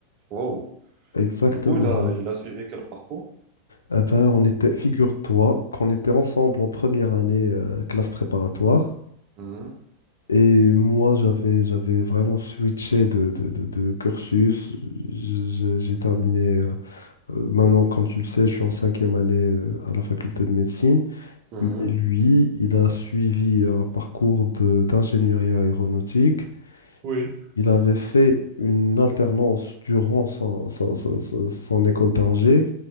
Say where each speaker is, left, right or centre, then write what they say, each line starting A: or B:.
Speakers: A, on the right; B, on the left.
A: Wow.
B: Exactement.
A: Du coup, il a,
B: oui.
A: il a suivi quel parcours?
B: Eh ben, on était, figure-toi qu'on était ensemble en première année euh, classe préparatoire.
A: Mhm.
B: Et moi, j'avais, j'avais vraiment switché de, de, de- de cursus. J- J'ai j'ai terminé. euh, Euh, Maintenant, comme tu le sais, je suis en cinquième année euh, à la faculté de médecine.
A: Mhm.
B: Mais lui, il a suivi un parcours de- d'ingénierie aéronautique.
A: Oui.
B: Il avait fait une alternance durant son, son- son- son- son école d'ingé,